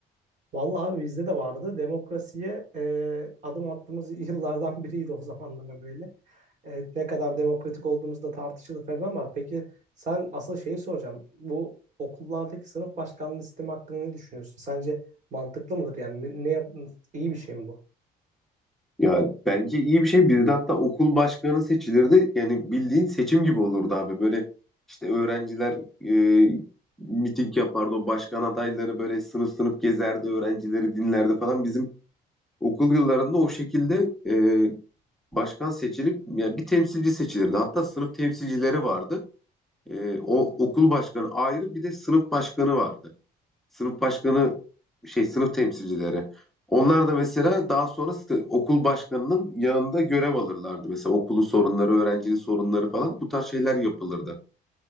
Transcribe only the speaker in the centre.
Ya bence iyi bir şey. Bir de hatta okul başkanı seçilirdi. Yani bildiğin seçim gibi olurdu abi. Böyle işte öğrenciler e, miting yapardı. O başkan adayları böyle sınıf sınıf gezerdi. Öğrencileri dinlerdi falan. Bizim okul yıllarında o şekilde e, başkan seçilip ya bir temsilci seçilirdi. Hatta sınıf temsilcileri vardı. E, o okul başkanı ayrı bir de sınıf başkanı vardı sınıf başkanı şey sınıf temsilcileri. Onlar da mesela daha sonra sı- okul başkanının yanında görev alırlardı. Mesela okulu sorunları, öğrencinin sorunları falan bu tarz şeyler yapılırdı.